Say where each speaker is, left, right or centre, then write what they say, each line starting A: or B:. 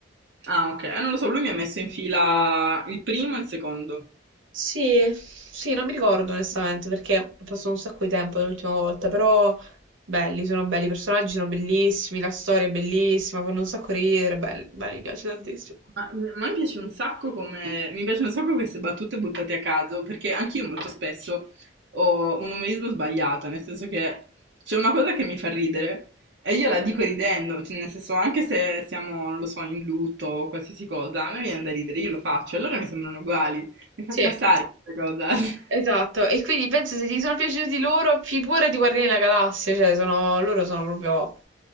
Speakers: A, on the right; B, on the right.
A: Ah, ok. Eh, non lo so, lui mi ha messo in fila il primo e il secondo.
B: Sì, sì, non mi ricordo onestamente perché è passato un sacco di tempo dall'ultima volta, però belli, sono belli, i personaggi sono bellissimi, la storia è bellissima, fanno un sacco ridere, belli, belli, mi piace tantissimo.
A: Ma, ma mi piace un sacco come, mi piacciono un sacco queste battute buttate a caso, perché anch'io molto spesso ho un umorismo sbagliato, nel senso che c'è una cosa che mi fa ridere e io la dico ridendo, cioè, nel senso anche se siamo, non lo so, in lutto o qualsiasi cosa, a me viene da ridere, io lo faccio, allora mi sembrano uguali, mi fa
B: Sì,
A: scassare questa cosa. <laughs>
B: esatto. E quindi penso se ti sono piaciuti loro, figurati Guardiani della Galassia, cioè sono, loro sono proprio